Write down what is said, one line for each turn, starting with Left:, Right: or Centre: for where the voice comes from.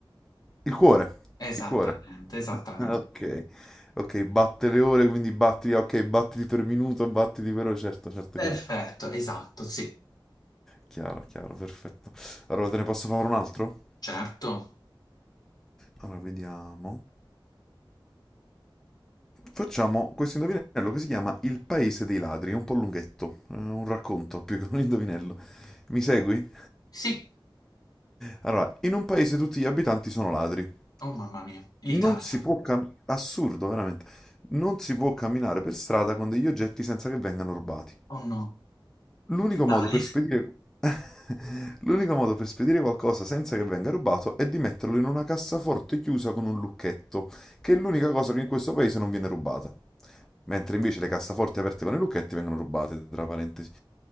Centre: Il cuore,
Left: Esattamente,
Centre: il cuore.
Left: esattamente.
Centre: Ok, ok, batte le ore, quindi batti, ok, battiti per minuto, battiti per ore, certo, certo,
Left: Perfetto,
Centre: chiaro,
Left: esatto, sì,
Centre: chiaro, chiaro, perfetto. Allora, te ne posso fare un altro?
Left: certo.
Centre: Allora, vediamo. Facciamo questo indovinello che si chiama Il paese dei ladri, è un po' lunghetto, è un racconto più che un indovinello. Mi segui?
Left: Sì,
Centre: Allora, in un paese tutti gli abitanti sono ladri.
Left: oh mamma mia, l'Italia.
Centre: Non si può camminare, assurdo, veramente, non si può camminare per strada con degli oggetti senza che vengano rubati.
Left: Oh no,
Centre: L'unico
Left: l'Italia.
Centre: modo per
Left: <laughs>
Centre: spedire... <laughs> L'unico modo per spedire qualcosa senza che venga rubato è di metterlo in una cassaforte chiusa con un lucchetto, che è l'unica cosa che in questo paese non viene rubata. Mentre invece le cassaforti aperte con i lucchetti vengono rubate, tra parentesi.